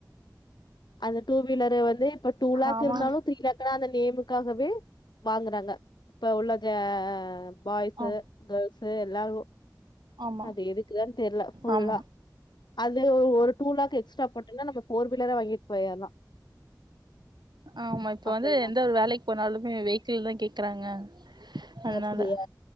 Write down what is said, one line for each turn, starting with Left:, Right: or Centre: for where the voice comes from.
Left: அந்த டூ வீலர் வந்து இப்ப டூ லாக்
Right: ஆமா
Left: இருந்தாலு த்ரீ லாக் அந்த நேமுக்காகவே வாங்குறாங்க இப்ப உள்ள த பாய்ஸு
Right: ஆ
Left: கேர்ள்ஸ் <unintelligible>
Right: ஆமா
Left: அது எதுக்குதா தெர்ல ஃபுல்லா
Right: ஆமா
Left: அது ஒரு டூ லேக் எக்ஸ்ட்ரா போட்டோம்னா நம்ம போர் வீலரா வாங்கிட்டு போயலா
Right: ஆமா இப்ப
Left: அப்படின்னா
Right: வந்து எந்த ஒரு வேலைக்கு போனாலுமே வெஹிக்கிள்தா கே க்கராங்கா அதனால
Left: அப்டியா